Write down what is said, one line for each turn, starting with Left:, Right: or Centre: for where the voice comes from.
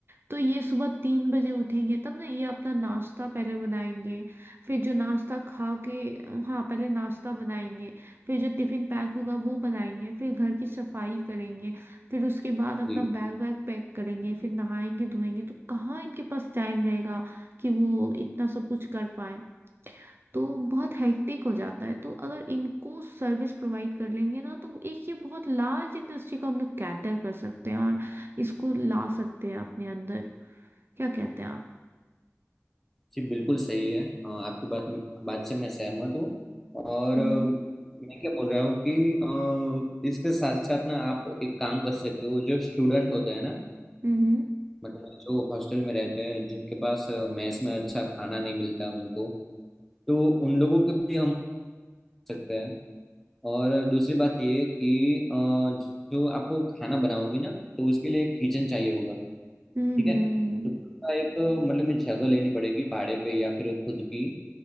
Right: तो ये सुबह तीन बजे उठेंगे तब ना ये अपना नाश्ता पहले बनाएंगे फिर जो नाश्ता खा के हाँ पहले नाश्ता बनाएंगे फिर जो टिफिन पैक होगा वो बनाएंगे फिर घर की सफाई करेंगे फिर उसके बाद अपना
Centre: जी
Right: बैग वैग पैक करेंगे फिर नहाएंगे धोएंगे तो कहाँ इनके पास टाइम रहेगा कि वो इतना सब कुछ कर पाए तो बहुत हेक्टिक हो जाता है तो अगर इनको सर्विस प्रोवाइड कर लेंगे ना तो एक ये बहुत लार्ज इंडस्ट्री को हम लोग कैटर कर सकते हैं और इसको ला सकते हैं अपने अंदर क्या कहते हैं आप
Centre: जी बिल्कुल सही है अ, आपकी बात बात से मैं सहमत हूँ और
Right: हम्म
Centre: अ, मैं क्या बोल रहा हूँ कि अ, इसके साथ साथ ना आप एक काम कर सकते हो जो स्टूडेंट होते हैं ना
Right: हम्म
Centre: मतलब जो हॉस्टल में रहते हैं जिनके पास मेस में अच्छा खाना नहीं मिलता उनको तो उन लोगों के भी हम सकते हैं और दूसरी बात ये कि अ, जो आपको खाना बनाओगे ना तो उसके लिए एक किचन चाहिए होगा
Right: हम्म
Centre: ठीक
Right: हम्म,
Centre: है तो उसका एक अ, मतलब में जगह लेनी पड़ेगी भाड़े पे या फिर खुद की